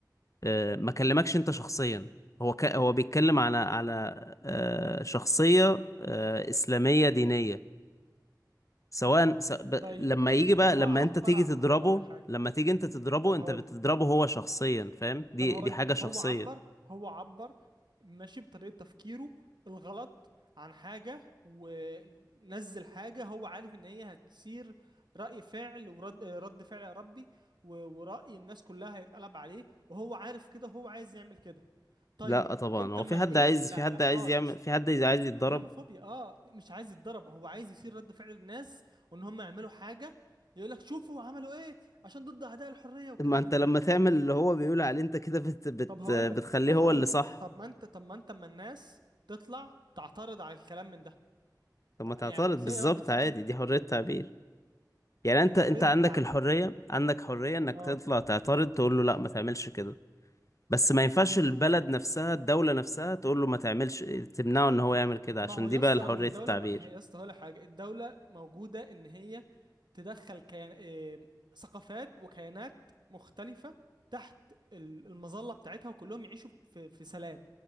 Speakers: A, on the left; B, on the right.
A: آه، ما كلمكش انت شخصيا هو ك... هو بيتكلم على على آه، شخصية آه، إسلامية دينية سواء س... ب...
B: طيب
A: لما يجي بقى
B: هو
A: لما
B: عبر
A: انت تيجي
B: هو
A: تضربه
B: هقول لك حاجه
A: لما تيجي انت تضربه
B: طب
A: انت
B: هقول
A: بتضربه هو شخصيا فاهم دي
B: طب هقول
A: دي حاجة شخصية
B: هو عبر هو عبر ماشي بطريقة تفكيره الغلط عن حاجة ونزل حاجة هو عارف ان هي هتثير رأي فعل ورد رد فعل يا ربي و- ورأي الناس كلها هيتقلب عليه وهو عارف كده هو عايز يعمل كده طيب
A: لا طبعا
B: انت
A: هو
B: اما
A: في حد
B: لقيت
A: عايز
B: لا
A: في حد
B: لا
A: عايز
B: اه
A: يعمل
B: يا اسطى
A: في حد عايز يتضرب
B: اسلاموفوبيا اه مش عايز يتضرب هو عايز يثير رد فعل الناس وان هم يعملوا حاجة يقول لك شوفوا عملوا ايه عشان ضد اعداء الحرية والكلام
A: ما انت
B: من
A: لما
B: ده
A: تعمل اللي هو بيقول عليه انت كده بت... بت...
B: طب هقول
A: بتخليه
B: لك طب
A: هو
B: هقول
A: اللي
B: لك
A: صح
B: طب ما انت طب ما انت اما الناس تطلع تعترض على الكلام من ده
A: طب ما تعترض
B: يعني وتلاقي
A: بالظبط
B: رد فعل
A: عادي دي حرية تعبير يعني
B: يعني
A: انت انت
B: حرية التعب
A: عندك الحرية عندك حرية انك
B: آه.
A: تطلع تعترض تقول له لا ما تعملش كده بس ما ينفعش البلد نفسها الدولة نفسها تقول له ما تعملش تمنعه ان هو يعمل كده
B: ما
A: عشان
B: هو
A: دي
B: يا
A: بقى
B: اسطى
A: حرية
B: لو الدولة
A: التعبير
B: ما ما هي يا اسطى هقول لك حاجة الدولة موجودة إن هي تدخل كيان... إيه... ثقافات وكيانات مختلفة تحت ال- المظلة بتاعتها وكلهم يعيشوا في في سلام